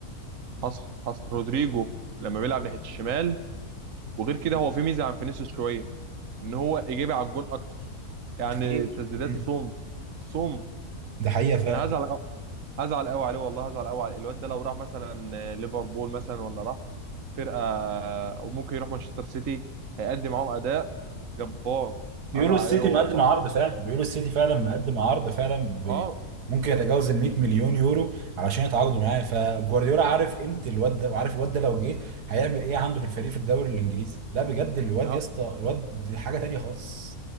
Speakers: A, on the right; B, on the right.
A: حصل حصل رودريجو لما بيلعب ناحيه الشمال وغير كده
B: مم.
A: هو في ميزه عن فينيسيوس شويه ان هو ايجابي على الجون اكتر يعني
B: بكتير
A: تسديداته
B: امم
A: صوم صوم
B: ده حقيقه فعلا
A: انا هزعل أو- هزعل قوي عليه والله هزعل قوي على الواد ده لو راح مثلا آه، ليفربول مثلا ولا راح فرقه آه، وممكن يروح مانشستر سيتي هيقدم معاهم اداء جبار
B: بيقولوا
A: هزعل
B: السيتي
A: عليه قوي
B: مقدم
A: والله
B: عرض فعلا بيقولوا السيتي فعلا مقدم عرض فعلا ب...
A: اه
B: ممكن يتجاوز ال 100 مليون يورو علشان يتعاقدوا معاه فجوارديولا عارف قيمه الواد ده وعارف الواد ده لو جه هيعمل ايه عنده في الفريق في الدوري الانجليزي لا بجد الواد
A: ده
B: يا اسطى الواد حاجه تانيه خالص